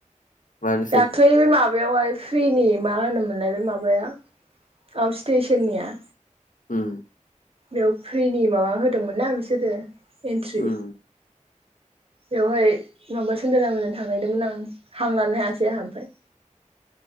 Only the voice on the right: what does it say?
दाख्लै माबा बेयावहाय फ्रिनि मा होनोमोनलाय बे माबाया औ स्टेसननिया
बेयाव फ्रिनि माबा हो होदोंमोन ना बिसोरो एन्ट्रि
बेवहाय माबा सनदरामोनजों थांनायदोंमोन आं हां लानो हायासै आंहा ओमफफ्राय